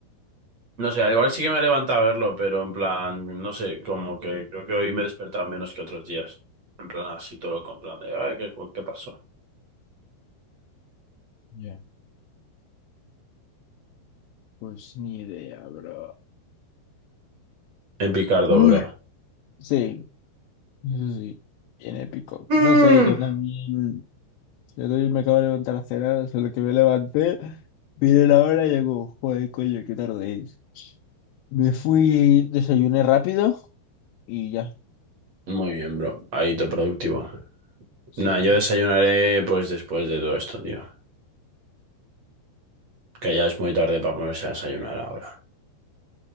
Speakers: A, on the right (about 45°); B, on the left (about 80°).
A: No sé, al igual sí que me he levantado a verlo, pero en plan, no sé, como que creo que hoy me he despertado menos que otros días. En plan, así todo con plan de, ay, ¿qué, qué pasó?
B: Ya. Pues ni idea, bro.
A: En Picardo,
B: Uy.
A: bro.
B: Sí, eso sí, bien épico.
A: Mm.
B: No sé, yo también, yo también me acabo de levantar a cenar, solo que me levanté, miré la hora y digo, joder, coño, qué tarde es. Me fui, desayuné rápido y ya,
A: Muy bien, bro. Ahí todo productivo.
B: sí.
A: Nada, yo desayunaré pues después de todo esto, tío. Que ya es muy tarde para ponerse a desayunar ahora.